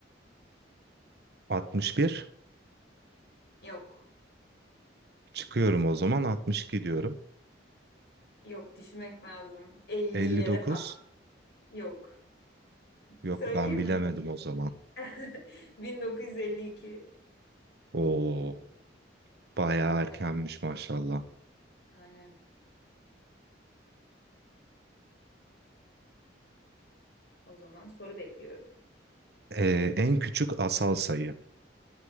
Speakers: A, on the right; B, on the left.
A: 61.
B: Yok.
A: Çıkıyorum o zaman. 62 diyorum.
B: Yok düşünmek lazım. 50'lere
A: 59.
B: falan yok.
A: Yok
B: Söyleyeyim
A: ben bilemedim
B: mi?
A: o zaman.
B: <laughs> 1952.
A: Oo, bayağı erkenmiş
B: Evet,
A: maşallah.
B: aynen. O zaman soru bekliyorum.
A: Ee, en küçük asal sayı.